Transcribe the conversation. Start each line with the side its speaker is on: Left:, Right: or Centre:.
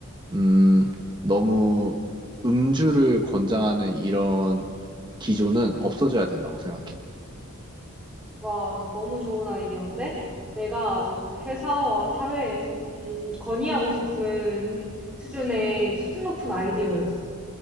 Right: 음, 너무 음주를 권장하는 이런 기조는 없어져야 된다고 생각해.
Centre: 와, 너무 좋은 아이디어인데? 내가 아주 회사와 사회에 건, 건의하고 싶은 수준의, 수준 높은 아이디어였어.